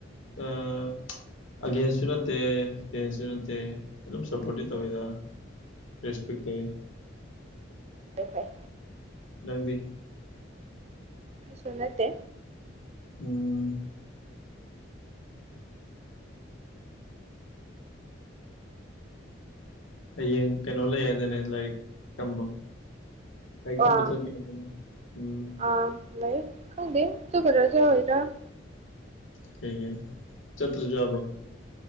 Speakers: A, on the left (about 80°); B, on the right (about 35°).
A: ꯑꯥ ꯑꯒꯦꯟꯁꯁꯨ ꯅꯠꯇꯦ ꯐꯦꯟꯁꯨ ꯅꯠꯇꯦ ꯑꯗꯨꯝ ꯁꯞꯄꯣꯔꯠꯇꯤ ꯇꯧꯋꯤꯗ ꯔꯦꯁꯄꯛꯇꯦ
B: ꯐꯩ ꯐꯩ
A: ꯂꯪꯗꯤ
B: ꯑꯩꯁꯨ ꯅꯠꯇꯦ
A: ꯎꯝ ꯍꯌꯦꯡ ꯀꯩꯅꯣ ꯂꯩ ꯍꯥꯏꯗꯥꯏꯅꯦ ꯂꯥꯏꯔꯤꯛ ꯇꯝꯕꯝ ꯂꯥꯏꯔꯤꯛ ꯇꯝꯕ
B: ꯑꯥ
A: ꯆꯠꯅꯤ ꯍꯥꯌꯗꯥꯏꯅꯦ ꯎꯝ
B: ꯑꯥ ꯂꯩ ꯈꯪꯗꯦ <unintelligible>
A: ꯀꯩꯒꯤ ꯆꯠꯇ꯭ꯔꯖꯨ ꯌꯥꯕ꯭ꯔꯣ